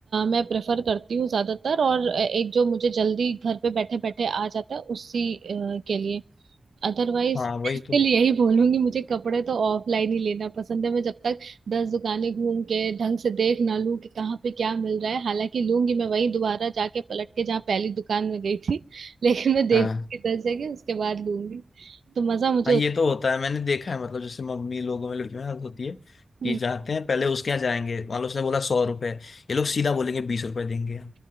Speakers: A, on the right (about 80°); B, on the left (about 70°).
A: मैं प्रेफर करती हूँ ज्यादातर और अ, एक जो मुझे जल्दी घर पे बैठे बैठे आ जाता है उसी अ, के लिए अदरवाइज
B: हाँ वही
A: स्टिल
B: तो
A: यही बोलूंगी मुझे कपड़े तो ऑफलाइन ही लेना पसंद है मैं जब तक दस दुकानें घूम के ढंग से देख ना लूं कि कहाँ पे क्या मिल रहा है हालांकि लूंगी मैं वहीं दोबारा जाके पलट के जहाँ पहली दुकान में गई थी <laughs> लेकिन मैं देखूंगी
B: हाँ
A: दस जगह उसके बाद लूंगी तो मजा मुझे
B: हाँ ये तो होता है मैंने देखा है मतलब जैसे मम्मी लोगों में लड़कियों में आदत होती है
A: हम्म
B: कि जाते हैं पहले उसके यहाँ जाएंगे मान लो उसने बोला सौ रुपए ये लोग सीधा बोलेंगे बीस रुपए देंगे